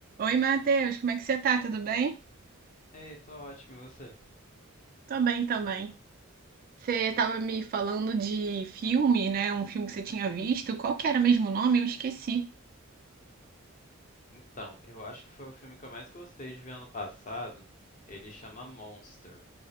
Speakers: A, on the right; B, on the left.
A: Oi, Matheus, como é que você tá? Tudo bem?
B: Ei, tô ótimo, e você?
A: Tô bem também. Você estava me falando de filme, né? Um filme que você tinha visto. Qual que era mesmo o nome? Eu esqueci.
B: Então, eu acho que foi o filme que eu mais gostei de ver ano passado. Ele chama Monster.